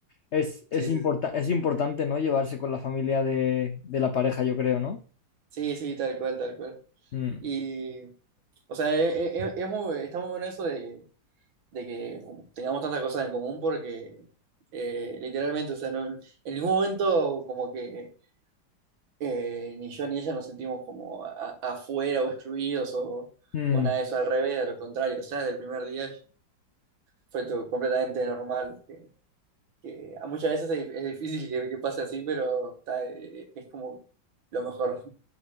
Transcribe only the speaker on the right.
Sí,
sí, sí.
Sí, sí, tal cual, tal cual.
Y, o sea, e- e- e, es, muy, está muy bueno eso de, de que tengamos tantas cosas en común porque eh, literalmente, o sea, no- en ningún momento como que eh, ni yo ni ella nos sentimos como a- afuera o excluidos o,
o nada de eso, al revés, a lo contrario, o sea, desde el primer día fue todo completamente normal, que, que a muchas veces es, es difícil que, que pase así, pero está, eh, es como lo mejor,